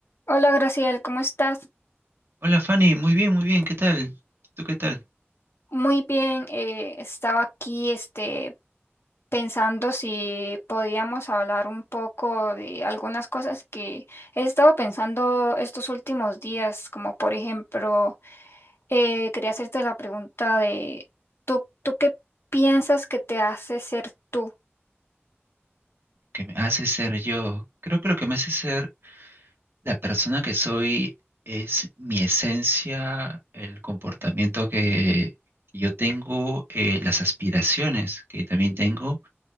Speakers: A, on the left (about 65°); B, on the right (about 60°).
A: Hola Graciela, ¿cómo estás?
B: Hola Fanny, muy bien, muy bien, ¿qué tal? ¿Tú qué tal?
A: Muy bien, eh, estaba aquí este, pensando si podíamos hablar un poco de algunas cosas que he estado pensando estos últimos días, como por ejemplo, eh, quería hacerte la pregunta de, ¿tú, tú qué piensas que te hace ser tú?
B: ¿Qué me hace ser yo? Creo que lo que me hace ser la persona que soy es mi esencia, el comportamiento que yo tengo, eh, las aspiraciones que también tengo